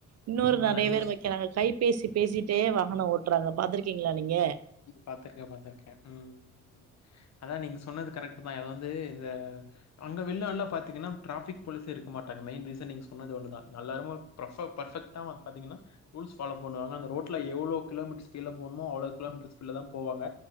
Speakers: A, on the right; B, on the left.
A: இன்னொரு
B: உண்மதான்.
A: நெறைய
B: நீங்க
A: பேர்
B: சொ
A: வக்கிறாங்க கை பேசி பேசிட்டே வாகனம் ஓட்டுறாங்க பாத்துருக்கீங்களா நீங்க
B: பாத்துருக்கே பாத்துருக்கே ம் அதா நீங்க சொன்னது கரெக்டு தா அது வந்து இந்த அங்க வில்லால பாத் த்திங்கனா ட்ராஃபிக் போலீஸே இருக்க மாட்டங்க மெயின் ரீசன் நீங்க சொன்னது ஒன்னு தா எல்லா இடழும் ப்ரஃபோ பர்ஃபக்டா பாத்திங்கனா ரூல்ஸ் ஃபாலோ பண்ணுவாங்க அந்த ரோட்ல எவ்ளோ கிலோமீட்டர் ஸ்பிட்ல போனுமோ அவ்ளோ கிலோமீட்டர் ஸ்பீட்ல தான் போவாங்க